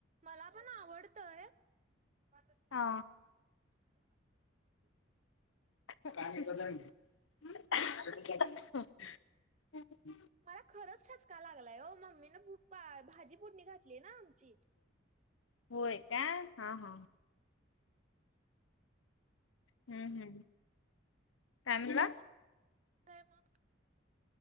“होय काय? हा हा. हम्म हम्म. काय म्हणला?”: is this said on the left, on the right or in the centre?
Left